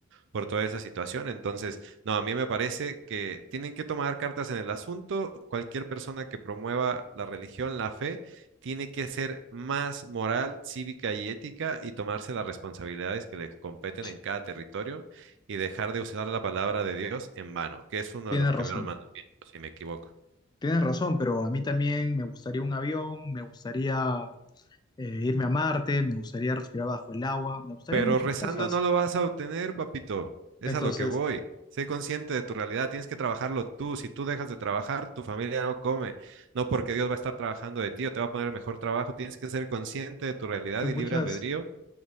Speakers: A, on the right (about 60°); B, on the left (about 20°).
A: por toda esa situación. Entonces, no, a mí me parece que tienen que tomar cartas en el asunto. Cualquier persona que promueva la religión, la fe, tiene que ser más moral, cívica y ética y tomarse las responsabilidades que les competen
B: sí,
A: en cada territorio y dejar de usar la palabra de Dios en vano, que es uno
B: tienes
A: de los primeros
B: razón.
A: mandamientos, si me equivoco.
B: Tienes razón, pero a mí también me gustaría un avión, me gustaría eh, irme a Marte, me gustaría respirar bajo el agua, me gustaría
A: Pero
B: muchas
A: rezando
B: cosas.
A: no lo vas a obtener, papito. Es
B: Entonces,
A: a lo que voy. Sé consciente de tu realidad. Tienes que trabajarlo tú. Si tú dejas de trabajar, tu familia no come. No porque Dios va a estar trabajando de ti o te va a poner mejor trabajo. Tienes que ser consciente de tu realidad
B: Hay
A: y
B: muchas,
A: libre albedrío.